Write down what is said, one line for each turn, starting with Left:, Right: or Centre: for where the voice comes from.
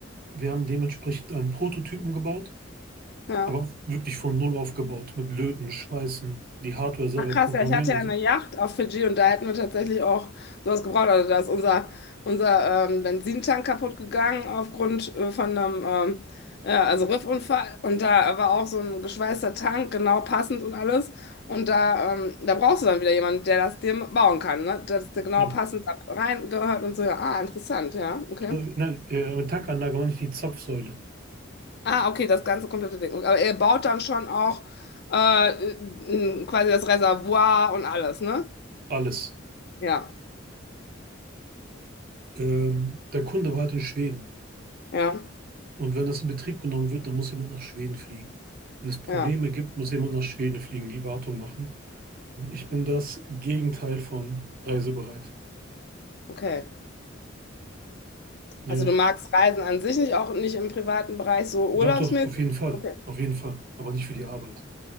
Right: Wir haben dementsprechend einen Prototypen gebaut,
Left: Ja.
Right: aber wirklich von Null aufgebaut, mit Löten, Schweißen, die Hardware selber
Left: Krass,
Right: programmieren
Left: ja, ich hatte
Right: und
Left: ja eine
Right: so.
Left: Yacht auf Fidschi und da hätten wir tatsächlich auch sowas gebraucht. Also da ist unser, unser ähm, Benzintank kaputt gegangen aufgrund äh, von einem ähm, ja, also Riffunfall. Und da war auch so ein geschweißter Tank, genau passend und alles. Und da, ähm, da brauchst du dann wieder jemanden, der das dir bauen kann, ne? Dass der genau
Right: Ja.
Left: passend da reingehört und so. Ja, ah, interessant, ja, okay.
Right: Also, nein, äh, mit Tankanlage meine ich die Zapfsäule.
Left: Ah, okay, das ganze komplette Ding. Aber ihr baut dann schon auch äh, äh, quasi das Reservoir und alles, ne?
Right: Alles.
Left: Ja,
Right: Ähm, der Kunde war halt in Schweden.
Left: ja.
Right: Und wenn das in Betrieb genommen wird, dann muss jemand nach Schweden fliegen. Wenn es Probleme
Left: Ja,
Right: gibt, muss jemand nach Schweden fliegen, die Wartung machen. Und ich bin das Gegenteil von reisebereit.
Left: okay.
Right: Ja,
Left: Also du magst Reisen an sich nicht, auch nicht im privaten Bereich, so
Right: doch,
Left: urlaubsmäßig?
Right: doch, auf jeden Fall.
Left: Okay.
Right: Auf jeden Fall. Aber nicht für die Arbeit.